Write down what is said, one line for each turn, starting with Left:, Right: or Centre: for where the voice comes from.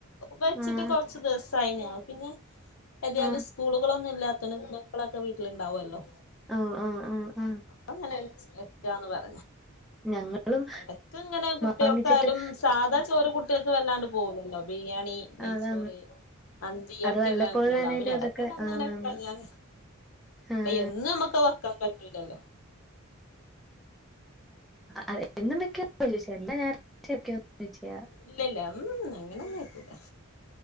Left: വച്ചിട്ട്
Centre: ആഹ്
Left: ദിവസായിനിം പിന്നെ ഏതായാലും
Centre: ആഹ്
Left: സ്കൂളുകളൊന്നുമല്ലാത്തതോണ്ട് മക്കളൊക്കെ വീട്ടിലുണ്ടാവുമല്ലോ
Centre: ഓ ഓ ഓ ഓ
Left: അപ്പൊ അങ്ങനെ വെക്കന്ന് പറ
Centre: ഞങ്ങളും
Left: ഇടക്ക ഇങ്ങനെ കുട്ടികൾക്കായാലും
Centre: വാങ്ങിച്ചിട്ട്
Left: സാധാ ചോറ് കുട്ട ട്ടേക്ക് വല്ലാണ്ട് പോകൂലല്ലോ ബിരിയാണി
Centre: അതെ
Left: ചോറ് മന്തിക്കെല്ല
Centre: വല്ലപ്പോഴാണേലും
Left: പോല അന് ഇടക്ക
Centre: അതൊക്കെ
Left: അന്നങ്ങനെക്ക
Centre: ആന്നാന്ന്
Left: ഞാൻ
Centre: ആഹ്
Left: എന്നും നമ്മക്ക് വെക്കാൻ പറ്റുലല്ലോ
Centre: അത എന്നുംന്തൊക്കെയ ചോച്ച എല്ലാ <unintelligible> ചോച്ചാ <unintelligible>
Left: ഇല്ലല്ല ഉം അങ്ങനെ ഒന്നും ഇല്ല